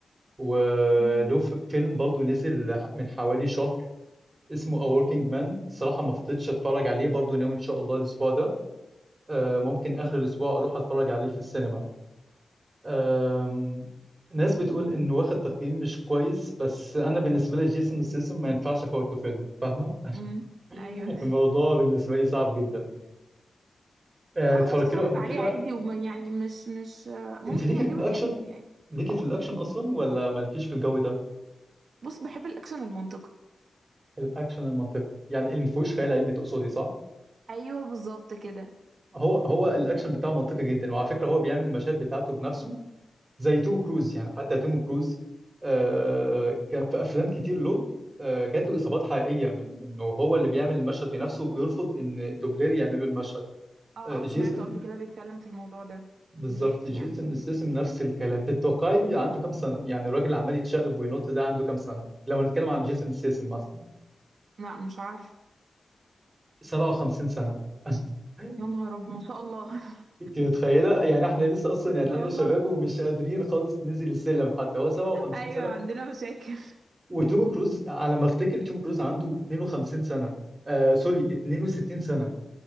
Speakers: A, on the right; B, on the right.
A: وله
B: <laughs> امم
A: ف- فيلم برضو نزل من حوالي شهر اسمه A Working Man الصراحه ما فضيتش اتفرج عليه برضو ناوي ان شاء الله الاسبوع ده آه، ممكن اخر الاسبوع اروح اتفرج عليه في السينما آم، ناس بتقول انه واخد تقييم مش كويس بس انا بالنسبه لي جيسون ستاثام ما ينفعش افوته فيلم فاهمه
B: امم
A: <laughs>
B: ايوه
A: الموضوع بالنسبه لي صعب جدا آه،
B: لا
A: اتفرجت
B: خلاص اتفرج
A: له قبل
B: عليه
A: كده
B: عادي وما يعني مش مش آه، ممكن
A: انت ليكي
B: يعجبك
A: في الاكشن
B: انت يعني
A: ليكي في الاكشن اصلا ولا مالكيش في الجو ده
B: بص بحب الاكشن المنطقي
A: الاكشن المنطقي يعني اللي ما فيهوش خيال علمي تقصدي صح
B: ايوه بالظبط كده
A: هو هو الاكشن بتاعه منطقي جدا وعلى فكره هو بيعمل المشاهد بتاعته بنفسه زي توم كروز يعني حتى توم كروز آه كان في افلام كتير له آه جات له اصابات حقيقيه من انه هو اللي بيعمل المشهد بنفسه وبيرفض ان دوبلير يعمل له المشهد
B: اه
A: آه جيسون
B: اه سمعته قبل كده بيتكلم في الموضوع ده
A: بالظبط
B: بيحكي
A: جيسون
B: يعني
A: ستاثام نفس الكلام تتوقعي عنده كام سنه يعني الراجل عمال يتشقلب وينط ده عنده كام سنه لو هنتكلم عن جيسون ستاثام مثلا
B: لا مش عارف
A: 57 سنة <laughs>
B: يا نهار ابيض ما شاء الله <laughs>
A: انت متخيلة يعني احنا لسه اصلا يعني
B: ما
A: هتلاقينا
B: شاء الله
A: شباب ومش قادرين خالص ننزل السلم حتى هو 57
B: ايوه
A: سنة
B: عندنا مشاكل
A: وتوم كروز على ما افتكر توم كروز عنده 52 سنة آه سوري 62 سنة